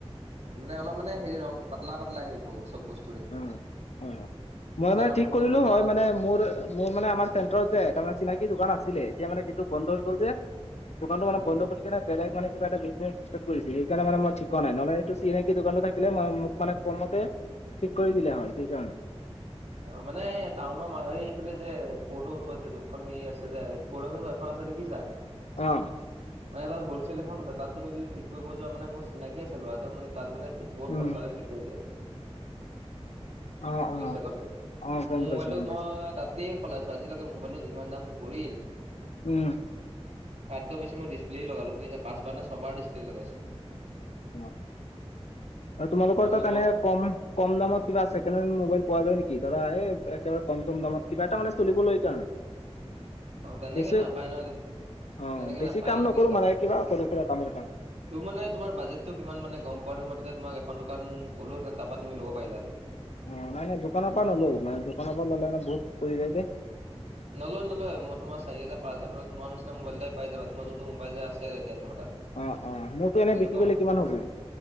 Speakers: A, on the right (about 75°); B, on the left (about 80°).
A: অ', মানে অলপ মানে হেৰি ৰংটো পাতলা, পাতলা আহিব চব বস্তু
B: উম, অ', মই মানে
A: ৰংটো
B: ঠিক কৰিলোঁ
A: ক'ত পাবা
B: হয়,
A: কোৱা?
B: মানে মোৰ, মোৰ মানে আমাৰ চেণ্টাৰত যে তাৰমানে চিনাকি দোকান আছিলে। এতিয়া মানে সেইটো বন্ধ হৈ গ'ল যে, দোকানতটো মানে
A: উম।
B: বন্ধ কৰি কেনে বেলেগ মানে কিবা এটা বিজনেচ কৰিছে সেইকাৰণে মানে মই ঠিক কৰা নাই, নহ'লে এইটো চিনাকি দোকানটো থাকিলে মোক মানে কমতে ঠিক কৰি দিলে হয়, সেইকাৰণে।
A: অ', মানে এই টাউনৰ মা সেইফালে যে কৰ্টৰ ওচৰত যোনখন হেৰি আছে যে <unintelligible> আছে দেখিছা?
B: অ'।
A: মানে তাত হলচেল এখন আছে, তাত তুমি যদি ঠিক কৰিব যোৱা মানে মোৰ চিনাকি আছে ল'ৰাজন তাত মানে ঠিক বহুত
B: উম,
A: সস্তাতে ঠিক কৰি দিয়ে।
B: অ',
A: বুজিছা
B: অ'।
A: কথাটো?
B: অ', গম
A: মোৰ মোবাইলটো
B: পাইছো, গম
A: মই
B: পাইছো,
A: তাতেই সলাইছোঁ, আজিলৈকে মোবাইলটো যিমান দাম পৰিল
B: উম।
A: তাতকৈ বেছি মই ডিছপ্লে লগালো বুইছা, পাঁছবাৰ নে ছবাৰ ডিছপ্লে লগাইছোঁ।
B: অ', আৰু তোমালোকৰ
A: যোনটো
B: তাত এনে
A: মই
B: কম, কম দামত কিবা ছেকেণ্ড হেণ্ড মোবাইল পোৱা যায় নেকি? ধৰা একেবাৰে কম, কম দামত! কিবা এটা মানে চলিবলৈ কাৰণে!
A: অ', তেনেকে
B: বেছি
A: নাপায় নহয়
B: অ',
A: তেনেকে
B: বেছি
A: নাপায়
B: কাম নকৰোঁ
A: বুজিছা?
B: মানে, কিবা সৰু সুৰা কামৰ কাৰণে।
A: তোৰ মানে তোমাৰ বাজেটটো কিমান মানে গম পোৱা হ'লে, মই তেতিয়া তোমাক এখন দোকান ক'লোহেঁতেন তাপা তুমি ল'ব পাৰিলাহেঁতেন।
B: অ', নাই, নাই দোকানৰ পৰা নলওঁ, মানে দোকানৰ পা ল'লে মানে বহুত পৰি যায় যে।
A: নলয় নলয় মই তোমাৰ চাৰি হাজাৰ পাঁচ‌ তোমাৰ নিচনা মোবাইলাই যে পাই যাবা। তোমাৰ যোনটো মোবাইল যে আছে এতিয়া তোমাৰ তাত।
B: অহ', অহ' মোৰতো এনে
A: তেনেকুৱা
B: বিক্ৰী কৰিলে কিমান হ'ব?